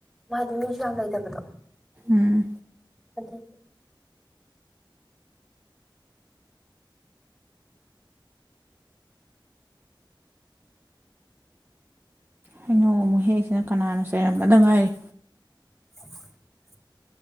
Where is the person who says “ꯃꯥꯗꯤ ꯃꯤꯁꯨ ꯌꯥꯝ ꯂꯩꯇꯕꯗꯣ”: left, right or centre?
Centre